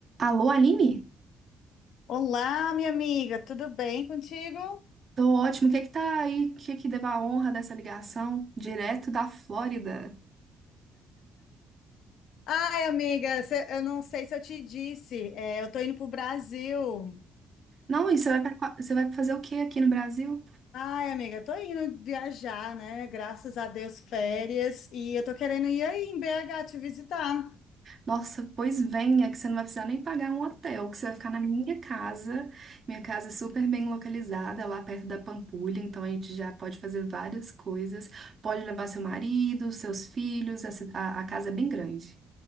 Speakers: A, on the right; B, on the left.
A: Alô, Aline?
B: Olá, minha amiga, tudo bem contigo?
A: Tô ótimo. O que é que tá aí? O que é que deu a honra dessa ligação? Direto da Flórida.
B: Ai, amiga, cê- eu não sei se eu te disse, é, eu tô indo pro Brasil.
A: Não, e você vai, pra- você vai fazer o quê aqui no Brasil?
B: Ai, amiga, tô indo viajar, né? Graças a Deus, férias, e eu tô querendo ir aí em BH te visitar.
A: Nossa, pois venha, que você não vai precisar nem pagar um hotel, que você vai ficar na minha casa. Minha casa é super bem localizada, lá perto da Pampulha, então a gente já pode fazer várias coisas. Pode levar seu marido, seus filhos, a, ci- a a casa é bem grande.